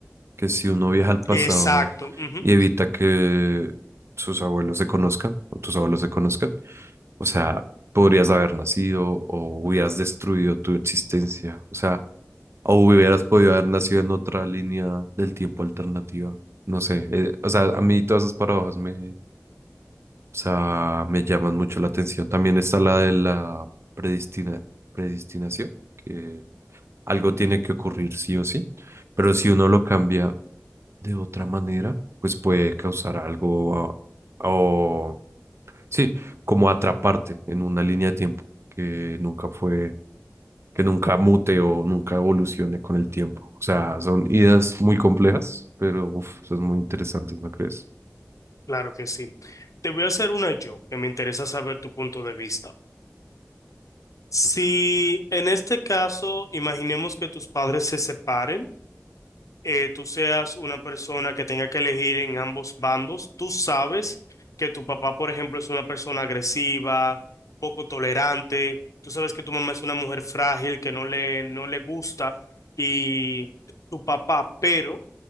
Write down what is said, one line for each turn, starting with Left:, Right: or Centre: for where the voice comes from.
Right: que si uno viaja al pasado
Left: Exacto. ujú,
Right: y evita que sus abuelos se conozcan o tus abuelos se conozcan, o sea, podrías haber nacido o hubieras destruido tu existencia, o sea, o hubieras podido haber nacido en otra línea del tiempo alternativa. No sé, eh, o sea, a mí todas esas paradojas me, o sea, me llaman mucho la atención. También está la de la predestina, predestinación, que algo tiene que ocurrir sí o sí, pero si uno lo cambia de otra manera, pues puede causar algo ah, o sí, como atraparte en una línea de tiempo que nunca fue, que nunca mute o nunca evolucione con el tiempo. O sea, son ideas muy complejas, pero uf, son muy interesantes, ¿no crees?
Left: Claro que sí. Te voy a hacer una yo, que me interesa saber tu punto de vista. Si en este caso imaginemos que tus padres se separen, eh, tú seas una persona que tenga que elegir en ambos bandos, tú sabes que tu papá, por ejemplo, es una persona agresiva, poco tolerante, tú sabes que tu mamá es una mujer frágil que no le, no le gusta y tu papá, pero